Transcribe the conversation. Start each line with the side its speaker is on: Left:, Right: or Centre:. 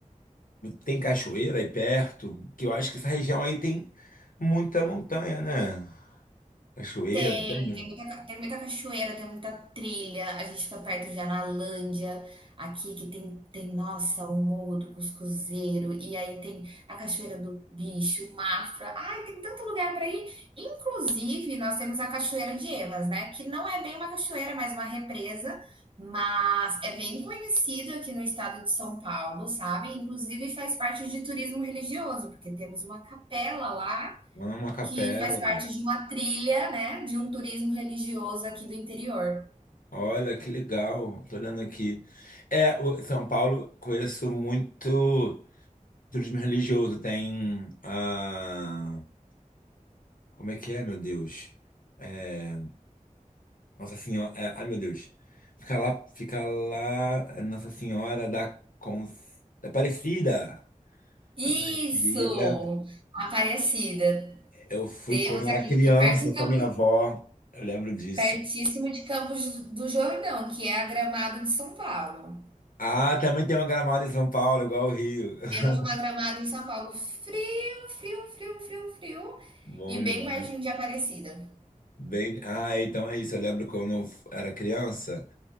Left: tem cachoeira aí perto, que eu acho que essa região aí tem muita montanha, né? Cachoeira,
Right: Tem,
Left: tem.
Right: tem muita, tem muita cachoeira, tem muita trilha. A gente fica perto de Analândia, aqui que tem, tem, nossa, o Morro do Cuscuzeiro, e aí tem a Cachoeira do Bicho, o Mafra. Ai, tem tanto lugar para ir. Inclusive, nós temos a Cachoeira de Emas, né? Que não é bem uma cachoeira, mas uma represa, mas é bem conhecido aqui no estado de São Paulo, sabe? Inclusive faz parte de turismo religioso, porque temos uma capela lá
Left: Uma capela.
Right: que faz parte de uma trilha, né, de um turismo religioso aqui do interior.
Left: Olha que legal. Tô olhando aqui. É, o São Paulo conheço muito. Turismo religioso tem. ah, como é que é, meu Deus? É, Nossa Senhora. é, ai, meu Deus. Fica lá, fica lá, é, Nossa Senhora da Cons... da Aparecida.
Right: Isso!
Left: Aparecida.
Right: Aparecida.
Left: Eu fui
Right: Temos
Left: quando eu
Right: aqui,
Left: era criança
Right: fica perto em
Left: com
Right: Campos,
Left: a minha avó. Eu lembro disso.
Right: pertíssimo de Campos do Jordão, que é a Gramado de São Paulo.
Left: Ah, também tem uma Gramado em São Paulo, igual o Rio. <laughs>
Right: Temos uma Gramado em São Paulo frio, frio, frio, frio, frio
Left: Bom
Right: e bem
Left: demais.
Right: pertinho de Aparecida.
Left: Bem, ah, então é isso. Eu lembro quando eu era criança,